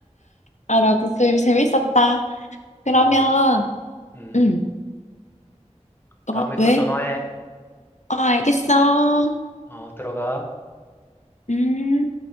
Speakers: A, on the left (about 75°); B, on the left (about 20°).
A: 아, 나도 되 재밌었다. 그러면,
B: 어, 음,
A: 음, 너,
B: 다음에
A: 왜?
B: 또 전화해.
A: 어, 알겠어.
B: 어, 들어가.
A: 음.